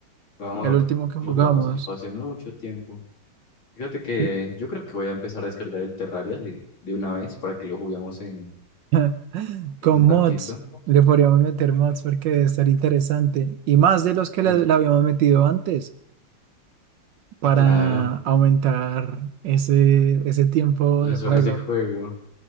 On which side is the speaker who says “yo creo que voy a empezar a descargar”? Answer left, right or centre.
Left